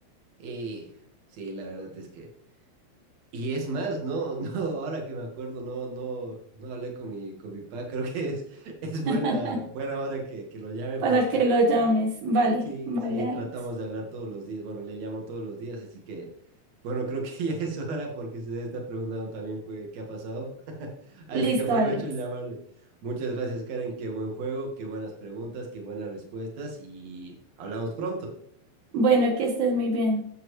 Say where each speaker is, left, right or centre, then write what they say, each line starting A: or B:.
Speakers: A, on the right (about 65°); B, on the right (about 85°).
A: Y sí, la verdad es que Y es más, no, <laughs> no, ahora que me acuerdo, no, no, no hablé con mi, con mi papá, creo que es, es
B: <laughs>
A: buena, buena hora que, que lo llame
B: Para
A: porque
B: que lo llames. Vale,
A: <laughs> sí,
B: vale,
A: sí,
B: Alex.
A: tratamos de hablar todos los días, bueno, le llamo todos los días, así que, bueno, creo que <laughs> ya es hora porque se debe estar preguntando también qué, qué ha pasado, <laughs> así
B: Listo,
A: que aprovecho
B: Alex.
A: en llamarle. Muchas gracias, Karen, qué buen juego, qué buenas preguntas, qué buenas respuestas y hablamos pronto.
B: Bueno, que estés muy bien.